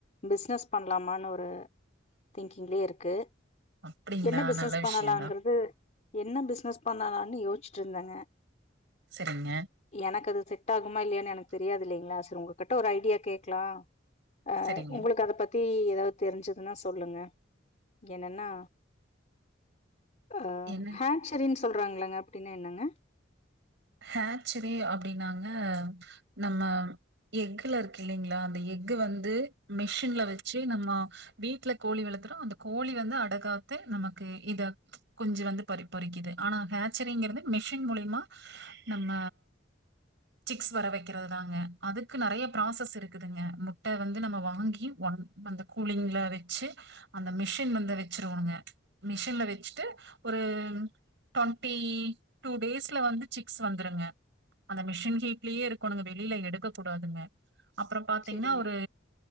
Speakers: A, on the left (about 40°); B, on the right (about 65°).
A: பிஸ்னஸ் பண்ணலாமான்னு ஒரு திங்கிங்லே இருக்கு
B: அப்டிங்களா
A: என்ன பிஸ்னஸ்
B: நல்ல விஷயந்தா
A: பண்ணலாங்றது என்ன பிசினஸ் பண்ணலான்னு யோசிச்சிட்ருந்தங்க
B: சரிங்க
A: எனக்கு அது செட் ஆகுமா இல்லையான்னு எனக்கு தெரியாது இல்லைங்ளா சரி உங்ககிட்ட ஒரு ஐடியா கேக்லா அ
B: சரிங்க
A: உங்களுக்கு அத பத்தி ஏதாவது தெரிஞ்சுதுன்னா சொல்லுங்க என்னன்னா அ
B: என்ன
A: ஹேன்சரின்னு சொல்றாங்களாங்க அப்டின்னா என்னங்க
B: ஹேன்சரி சரி அப்டின்னாங்க நம்ம எக்குல இருக்கு இல்லலைங்ளா அந்த எக்கு வந்து மிஷின்ல வச்சு நம்ம வீட்டுல கோழி வளர்த்துறோ அந்த கோழி வந்து அடகாத்து நமக்கு இத கொஞ்சோ வந்து பறி பொறிக்குது ஆனா ஹேச்ரிங்ந்து மிஷின் மூலிமா நம்ம சிக்ஸ் வர வக்கிறது தாங்க அதுக்கு நறைய ப்ராசஸ் இருக்குதுங்க முட்ட வந்து நம்ம வாங்கி ஒன் அந்த கூலிங்ல வெச்சு அந்த மிஷின் வந்து வெச்சிருவோங்க மிஷின்ல வெச்சுட்டு ஒரு டவெண்ட்டி டூ டேஸ்ல வந்து சிக்ஸ் வந்துருங்க அந்த மிஷின் கீட்லயே இருக்கணுங்க வெளியில எடுக்க கூடாதுங்க அப்றோ பாத்தீங்ன்னா
A: சரிங்க
B: ஒரு